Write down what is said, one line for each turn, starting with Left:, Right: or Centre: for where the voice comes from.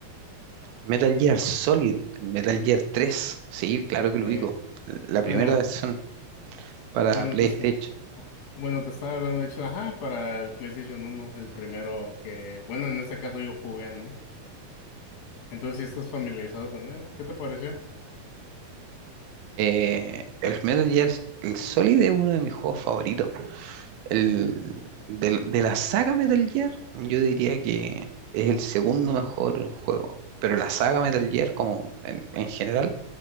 Right: Metal Gear Solid, Metal
Left: Mm.
Right: Gear 3, sí, claro
Left: Eh,
Right: que lo ubico, la primera
Left: bueno,
Right: versión para
Left: bueno,
Right: PlayStation.
Left: te está- bueno, te estaba hablando, de hecho, ajá, para el PlayStation uno, el primero que, bueno, en este caso yo jugué, ¿no? Entonces, si estás familiarizado con él, ¿qué te pareció?
Right: Eh, el Metal Gear el Solid es uno de mis juegos favoritos. El, del- de, la saga Metal Gear, yo diría que es el segundo mejor juego, pero la saga Metal Gear como en, en general